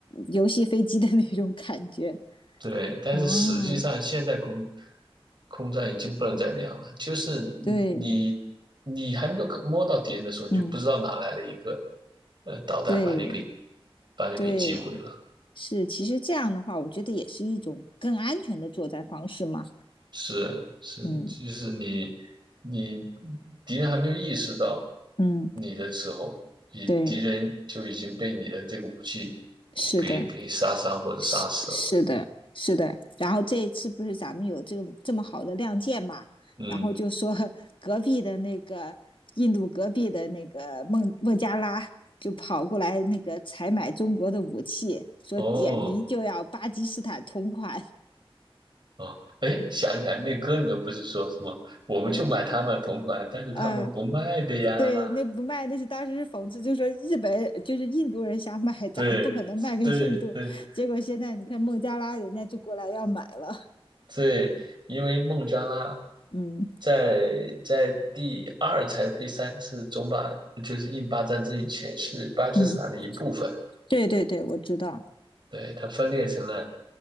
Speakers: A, on the left; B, on the right.
A: 游戏飞机的那种感觉。
B: 对，但是实际上现在空
A: 哦，
B: 空战已经不能再那样了，就是你你还没有摸到敌人的时候，
A: 对，
B: 你就不知道哪来了一个
A: 嗯，
B: 呃导弹把你给
A: 对
B: 把你给击毁了。
A: 对，是，其实这样的话，我觉得也是一种更安全的作战方式嘛。
B: 是是，
A: 嗯。
B: 就是你你敌人还没有意识到
A: 嗯，
B: 你的时候，你敌人就已经被你的这个武器
A: 对，是的，
B: 给给杀伤或者杀死了。
A: 是是的，是的。然后这一次不是咱们有这个这么好的亮剑嘛，
B: 嗯，
A: 然后就说 <laughs> 隔壁的那个印度隔壁的那个孟孟加拉就跑过来那个采买中国的武器，说点名就要巴基斯坦同款。
B: 哦。哦，哎，想起来那歌里面不是说什么，我们就买他们同款，
A: 嗯
B: 但是他们不卖的呀。
A: 嗯，呃对，那不卖那是当时是讽刺，就说日本就是印度人想买，
B: 对，
A: 咱们不可能卖给印度。
B: 对，对，
A: 结果现在你看孟加拉人家就过来要买了。
B: 对，因为孟加拉
A: 嗯。
B: 在在第二才是第三次中巴，就是印巴战争以前是巴基斯坦的一部分，
A: 嗯，对对对，我知道，
B: 对，它分裂成了，